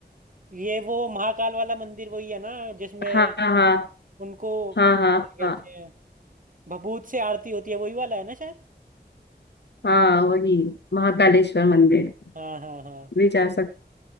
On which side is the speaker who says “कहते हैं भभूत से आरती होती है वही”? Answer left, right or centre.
Right